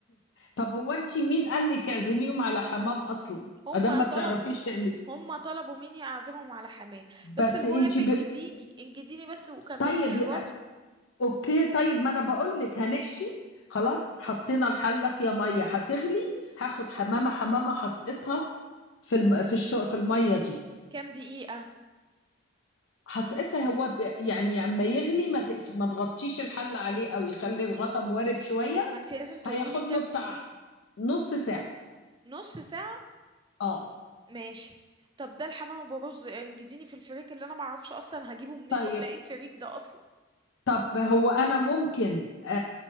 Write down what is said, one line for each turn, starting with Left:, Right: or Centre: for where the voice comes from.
Left: طب هو انت مين قال لك اعزميهم على حمام اصلا
Right: هم
Left: ادام ما
Right: طلبوا
Left: بتعرفيش تعملي
Right: هم طلبوا مني اعزمهم على حمام
Left: بس
Right: بس المهم
Left: انت ب...
Right: انجديني انجديني بس وكملي
Left: طيب
Right: لي الوصفة
Left: اوكي طيب ما انا بقول لك هنحشي خلاص حطينا الحله فيها ميه هتغلي هاخد حمامه حمامه هسقطها في الم... في الشو... في الميه دي
Right: كام دقيقة
Left: هسقطها هو ب... يعني اما يغلي ما, تقف... ما تغطيش الحله عليه قوي خلي الغطا موارب شويه
Right: ما انت لازم تقولي
Left: هياخد
Right: لي كام
Left: له
Right: دقيقة
Left: بتاع نص ساعه
Right: نص ساعة
Left: اه
Right: ماشي طب ده الحمام ابو رز انجديني في الفريك اللي انا معرفش اصلا هجيبه منين
Left: طيب
Right: ولا ايه الفريك ده اصلا
Left: طب هو انا ممكن آه،